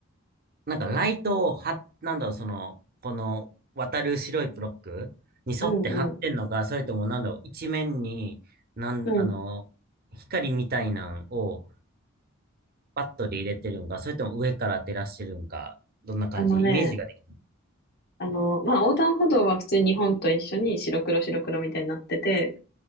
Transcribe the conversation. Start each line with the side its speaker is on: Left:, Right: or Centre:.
Right: なんかライトをはなんだろう、その、この渡る白いブロックに沿って貼ってんのか、
Left: うん、うん、
Right: それともなんだろう、一面に、なん、
Left: うん。
Right: あの、光みたいなんをバットで入れてるんか、それとも上から照らしてるんか、どんな感じ、
Left: あのね、
Right: イメージができる。
Left: あの、まあ、横断歩道は普通に日本と一緒に白黒白黒みたいになってて、